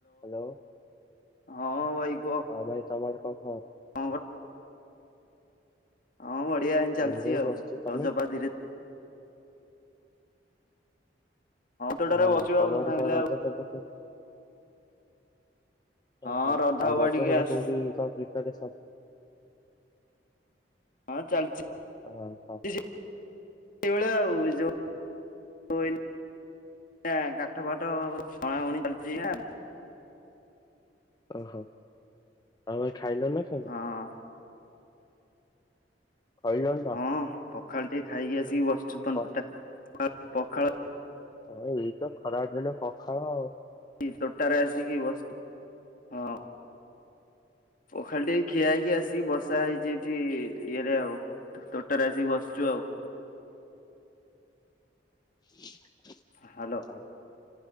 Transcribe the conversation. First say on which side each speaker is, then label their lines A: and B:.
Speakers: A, on the left; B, on the left.
A: Hello
B: ହଁ ଭାଇ କୁହ
A: ହଁ ଭାଇ ତମର କଣ କହ?
B: କଣ କର ହଁ ବଢିଆ ଏମିତି ଚାଲିଛି
A: ଏଇ ଭାଇ
B: ଆଉ।
A: ବସିଛି ତମେ
B: ରଜପା ଧୀରେ ଧୀରେ ତୋଟାରେ
A: ହଁ
B: ବସିଛୁ
A: ତମଆଡେ
B: ଆଉ ସାଙ୍ଗିଲା
A: କଣ ରଜ
B: ଆଉ
A: ଫଜ ଚାଲିଛି? ଓହୋ
B: ହଁ ରଧ
A: ଆଉ
B: ହବା
A: ରଜ
B: ଟିକେ
A: ଫଜ
B: ଆସ
A: କେମିତି କଣ ପ୍ରିପାରେସନ୍?
B: ହଁ ଚାଲିଛି।
A: ହ ହ।
B: <unintelligible> ସେଇଭଳିଆ ଆଉ ଯୋଉ କଣ କାଠ ଫାଠ ଅଣାଉଣି ଚାଲିଛି ନା?
A: ଓହୋ ଆଉ ଖାଇଲ ନା ଖାଇନ?
B: ହଁ
A: ଖାଇଲନି ନା।
B: ହଁ ପଖାଳ ଟିକେ ଖାଇକି ଆସିକି ବସଚୁ। ତନ
A: କ
B: ଟା ପଖାଳ
A: ହଁ ଏଇତ ଖରା ଦିନେ ପଖାଳ। ଆଉ
B: କି ତୋଟାରେ ଆସିକି ବସି ହଁ। ପଖାଳଟିକେ ଖିଆ ହେଇକି ଆସିକି ବସା ହେଇଛି ଏଠି ଇଏରେ ଆଉ ତ ତୋଟାରେ ଆସିକି ବସିଛୁ ଆଉ।
A: <inaudible>
B: ହ୍ୟାଲୋ।
A: ଆ